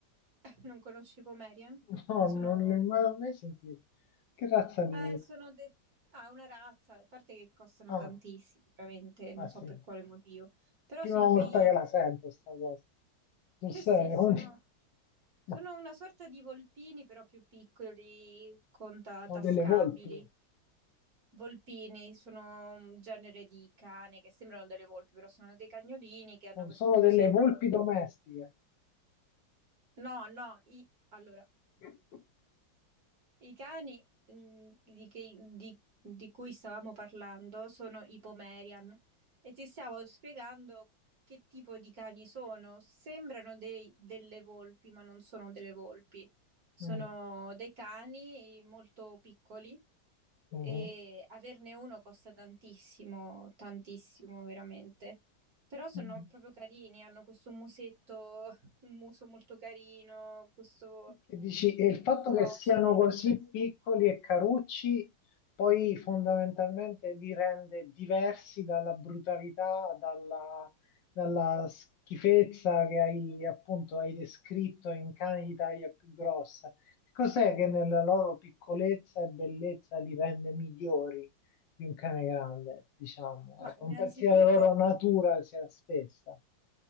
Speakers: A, on the right; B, on the left.
A: <laughs> non conosci i Pomerian?
B: <laughs> No,
A: Sono,
B: non li ho mai, mai sentiti. Che razza di...
A: eh, sono de- ah, una razza, a parte che costano
B: Ah,
A: tantissimo, veramente, non
B: ah
A: so
B: sì,
A: per quale motivo, però
B: prima
A: sono
B: volta
A: quei,
B: che la sento sta cosa. Tu
A: <laughs>
B: sei?
A: eh sì, sono...
B: un... <laughs> No,
A: Sono una sorta di volpini, però più piccoli, con ta-
B: sono
A: tascabili.
B: delle volpi,
A: Volpini sono un genere di cane che sembrano delle volpi, però sono dei cagnolini che hanno
B: non
A: questo
B: sono
A: musetto
B: delle volpi domestiche.
A: No, no, i- allora,
B: <laughs>
A: i cani mh, di, che- di- di cui stavamo parlando sono i Pomerian e ti stavo spiegando che tipo di cani sono. Sembrano dei- delle volpi, ma non sono delle volpi. Sono
B: Mm,
A: dei cani molto piccoli
B: mhm,
A: e averne uno costa tantissimo, tantissimo veramente. Però sono
B: mhm.
A: proprio carini, hanno questo musetto un muso molto carino, questo,
B: E dici, e
A: eh,
B: il fatto
A: non so,
B: che siano
A: sono molto
B: così
A: espressivi.
B: piccoli e carucci poi fondamentalmente li rende diversi dalla brutalità, dalla, dalla schifezza che hai appunto hai descritto in cani di taglia più grossa. Cos'è che nella loro piccolezza e bellezza li rende migliori di un cane grande, diciamo?
A: Ma
B: Ecco,
A: innanzitutto,
B: un pezzo della loro natura sia stessa,